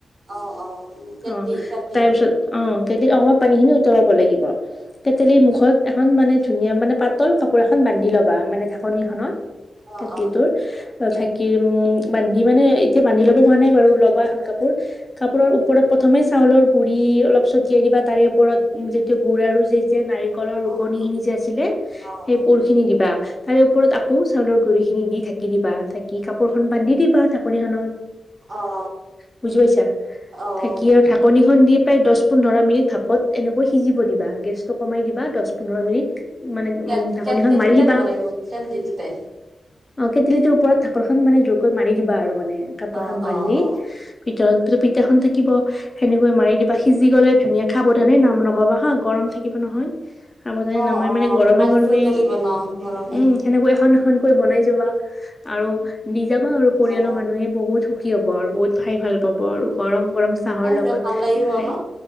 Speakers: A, on the right (about 40°); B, on the left (about 20°).
A: অ', অ', কেটলি
B: অ
A: কেটলিটোত
B: তাৰপিছত অ কেটলিত অকমান পানী খিনি উতলাব লাগিব কেটেলিৰ মুখত এখন মানে ধুনীয়া মানে পাতল কাপোৰ এখন বান্ধি ল'বা মানে ঢাকনিখনত
A: অ',
B: কেটলি
A: অ',
B: তোৰ ধাকি উম বান্ধি মানে এয়া বান্ধি লব হোৱা নাই বাৰু ল'বা এখন কাপোৰ কাপোৰৰ ওপৰত প্ৰথমে চাউলৰ গুৰি অলপ ছটিয়াই দি বা তাৰে ওপৰত যেতিয়া গুৰ আৰু যে নাৰিকলৰ ৰুকনি
A: উম, উম,
B: খিনি যে আছিলে
A: অ',
B: সেই
A: অ',
B: গুৰ খিনি দিবা। তাৰে ওপৰত আকৌ চাউলৰ গুৰিখিনি দি ঢাকি দিবা থাকি কাপোৰখন বান্ধি দিবা ঢাকনিখনত
A: অ
B: বুজি পাইছা
A: অ', অ',
B: ধাকি আৰু ঢাকনিখন দি প্ৰায় দহ পোন্ধৰ মিনিট ভাপত এনেকৈ সিজিব দিবা গেছ টো কমাই দিবা দহ পোন্ধৰ মিনিট মানে
A: কে
B: উম ঢাকনিখন
A: কেটলিটোতে
B: মাৰি দিবা
A: দিব লাগিব কেটলিটোতে
B: অ কেতিলিটোৰ ওপৰত ধাক কাপোৰখন মানে জোৰ কৰি মাৰি দিবা আৰু মানে কাপোৰখন
A: অ',
B: বান্ধি
A: অ', অ', অ',
B: ভিতৰত ভিতৰ খন ধাকি- থাকিব সেনেকৈ মাৰি দিবা সিজি গলে ধুনীয়া সাৱধানে নাম নমাবা হা গৰম থাকিব নহয়, সাৱধানে
A: অ',
B: নামাই মানে গৰমে
A: পানীটো
B: গৰমে
A: উতলিব ন নৰম থাকিব
B: উম সেনেকৈ এখন এখন বনাই যাবা আৰু দি যাবা আৰু পৰিয়ালৰ
A: অ',
B: মানুহে বহুত সুখী হ'ব আৰু বহুত খাই ভাল পাব আৰু গৰম গৰম চাহৰ
A: তাকেটো
B: লগত
A: ভাল লাগিব
B: খাই
A: ন